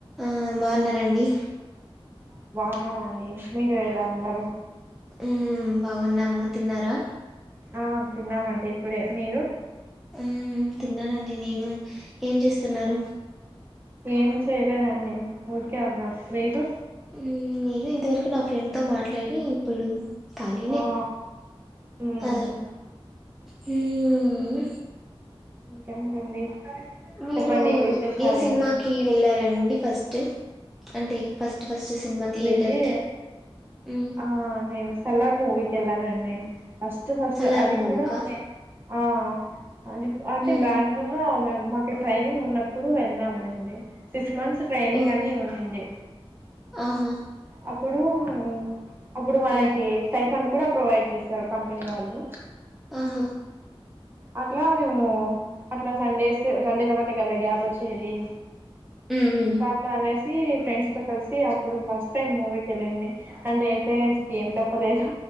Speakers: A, in the centre; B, on the right.
A: ఆ బావున్నారా అండి
B: ఉన్నాామండి మీరు ఎలా ఉన్నారు
A: హ్మ్ బాగున్నాము తిన్నారా
B: ఆ తిన్నామండి ఇప్పుడే మీరు
A: హ్మ్ తిన్నానండి నేను ఏం చేస్తున్నారు
B: ఏం చేయలేదండి ఊరికే ఉన్నాం మీరు
A: మ్ నేను ఇంతవరకు నా ఫ్రెండ్ తో మాట్లాడి ఇప్పుడు కలిగనే
B: ఆ మ్మ్
A: ఆ మ్
B: ఇంకేంటండి.
A: మీరు
B: చెప్పండి విశేషాలు
A: ఏ సినిమాకి
B: ఏంటి
A: వెళ్లారండి ఫస్ట్ స్ట్ అంటే ఫస్ట్ ఫస్ట్ సినిమా
B: వెళ్లింది
A: థియేటర్ కి మ్మ్
B: ఆ నేన్ సాలార్ మూవీకెల్ల నండి ఫస్ట్ ఫస్ట్
A: సలార్
B: అది
A: మూవీకా
B: కూడా మేం ఆ అది అంటే
A: మ్మ్
B: బెంగళూరు మేము మాకే ట్రైనింగ్ ఉన్నప్పుడు వెళ్ళాము అండి సిక్స్ మంత్స్ ట్రైనింగ్
A: ఓహో
B: అని ఉన్నింది
A: ఆహా
B: అప్పుడూ మేము అప్పుడు మనకి
A: మ్మ్
B: స్టైఫండ్ కూడా ప్రొవైడ్ చేశారు కంపెనీ వాళ్ళు
A: ఆహా
B: అట్లా మేము అట్లా సండేస్ సండేస్ ఒకటే కదా గ్యాప్ వచ్చేది
A: మ్మ్ మ్మ్
B: అట్లా అనేస్ సీ ఫ్రెండ్స్తో కలిసి అప్పుడు ఫస్ట్ టైం మూవీకెళ్ళింది. అంటే పేరెంట్స్కి ఏం చెప్పలేదు.